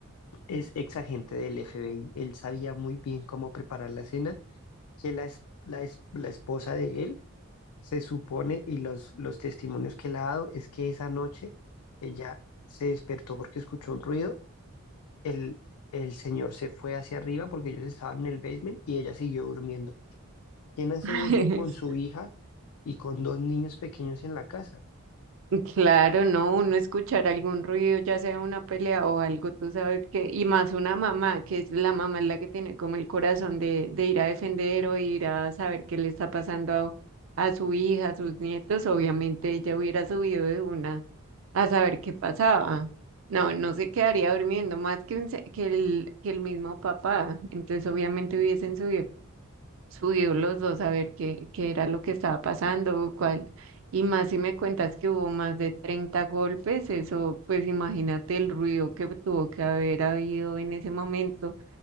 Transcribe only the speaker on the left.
es ex agente del FBI. Él sabía muy bien cómo preparar la cena que la, es- la, es- la esposa de él se supone, y los, los testimonios que le ha dado, es que esa noche ella se despertó porque escuchó un ruido, el, el señor se fue hacia arriba porque ellos estaban en el basement y ella siguió durmiendo. ¿Quién hace
eso con su hija y con dos niños pequeños en la casa?